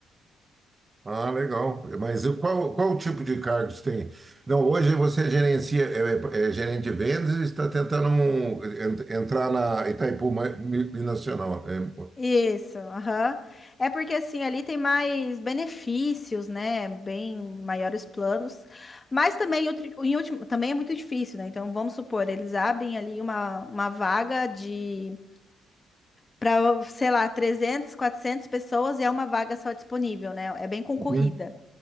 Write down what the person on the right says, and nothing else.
Ah, legal. Mas e qual, qual o tipo de cargos tem? Não, hoje você gerencia, é, é é gerente de vendas e está tentando um, en- entrar na Itaipu Ma- Mi- Binacional. É,
uhum.